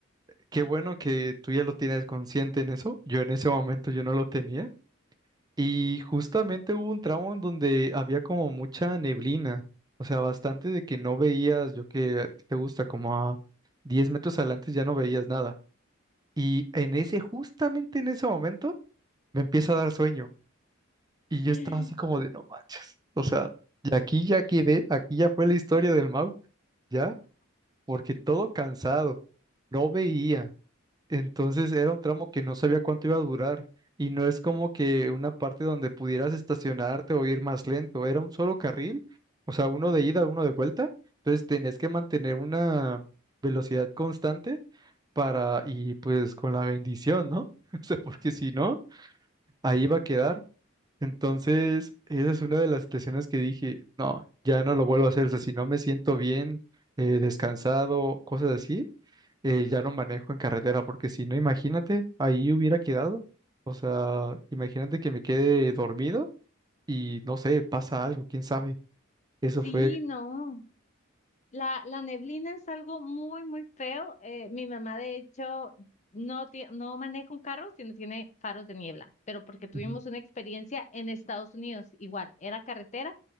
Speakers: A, on the right; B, on the left.
A: Qué bueno que tú ya lo tienes consciente en eso. Yo en ese momento yo no lo tenía. Y justamente hubo un tramo en donde había como mucha neblina. O sea, bastante de que no veías, yo que te gusta, como a 10 metros adelante ya no veías nada. Y en ese, justamente en ese momento, me empieza a dar sueño.
B: <gasps>
A: Y yo
B: <laughs>
A: estaba así como de, no manches. O sea, y aquí ya quedé, aquí ya fue la historia del Mau, ya, porque todo cansado, no veía. Entonces era un tramo que no sabía cuánto iba a durar y no es como que una parte donde pudieras estacionarte o ir más lento, era un solo carril, o sea, uno de ida, uno de vuelta, entonces tenías que mantener una velocidad constante para y pues con la bendición, ¿no? <laughs> O sea, porque si no, ahí va a quedar. Entonces, esa es una de las situaciones que dije, no, ya no lo vuelvo a hacer, o sea, si no me siento bien, eh, descansado, cosas así eh, ya no manejo en carretera, porque si no, imagínate, ahí hubiera quedado. O sea, imagínate que me quede dormido y no sé, pasa algo, quién sabe. Eso
B: sí,
A: fue.
B: no. La, la neblina es algo muy, muy feo. Eh, mi mamá, de hecho, no, tie- no maneja un carro, sino tiene faros de niebla, pero porque tuvimos
A: Ujú, ujú.
B: una experiencia en Estados Unidos, igual, era carretera,